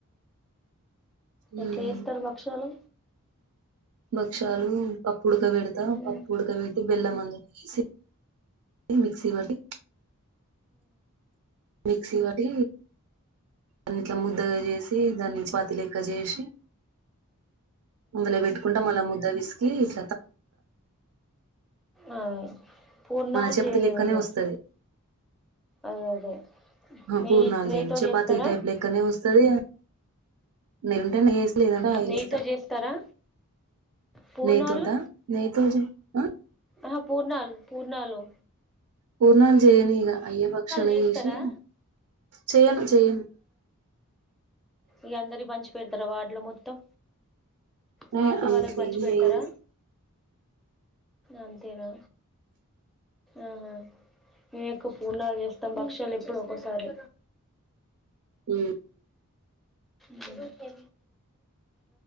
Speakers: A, on the right; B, in the centre.
A: ఉమ్,
B: ఎట్ల జెస్తరు బక్షాలు
A: భక్షాలూ పప్పు ఉడక వెడత
B: అదే
A: పప్పు పుడక వెట్టి బెల్లం ఈ సి ప్ ఈ మిక్సీ వట్టి మిక్సీ వటీ అన్ని ఇట్ల ముద్దగా జేసి దాన్ని చపాతి లెక్క జేసి అందులో భెట్కుంట మల్ల ముద్ద విస్ <unintelligible>
B: అ పూన్నాలు
A: చపాతి
B: చేరి
A: లెక్కనే
B: మగ
A: వస్తది
B: అదే అదే నెయ్యి
A: పూర్ణాల
B: నెయ్యితో
A: దేని చపాతి
B: చేస్తారా
A: టైప్ లెక్కనే వస్తుంది నెయ ఉంటే నయేస్త లేదంట ఆయిలు
B: నెయ్యితో
A: ఇస్తా
B: చేస్తారా పూర్ణాలు
A: నెయ తోట నెయతో ఆ
B: ఆ పూర్ణలు పూర్ణలో
A: పూర్ణలు చేయని ఇ అయ్య బక్షలు
B: చేస్తారా
A: చేసి చేయను చేయను
B: ఇ అందరి పంచి పెడతారా వార్డులో మొత్తం వార్డు
A: ఏ అంతేం
B: వాళ్ళకి పంచి పెడతారా
A: లేదు
B: అంతేనా. ఆహా మేకు పూడాలు చేస్తాం భక్ష్యాలు ఎప్పుడు ఒకసారి.
A: ఉ
B: హ